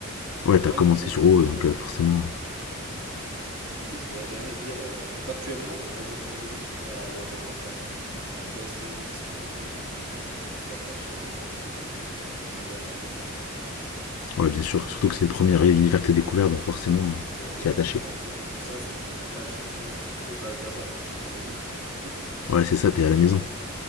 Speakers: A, on the left (about 80°); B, on the right (about 75°).
A: Ouais, t'as
B: Moi,
A: commencé
B: ils m'ont conquis,
A: sur WoW,
B: franchement,
A: donc
B: ils m'ont
A: euh, forcément.
B: conquis. Du coup, je pourrais jamais dire euh, factuellement Final Fantasy supérieur à World of Warcraft. Après, c'est question de. Franchement, moi, je suis trop attaché à l'environnement, euh, à l'univers euh, Blizzard.
A: Ouais, bien sûr. Surtout que c'est le premier univers que t'as découvert, donc forcément, euh,
B: Exactement.
A: t'y es attaché.
B: Donc, en plus de tout ça, ça me fait une attache. euh, Enfin, j'ai mes bases là-bas. C'est ma maison. <laughs>
A: Ouais, c'est ça, t'es à la maison.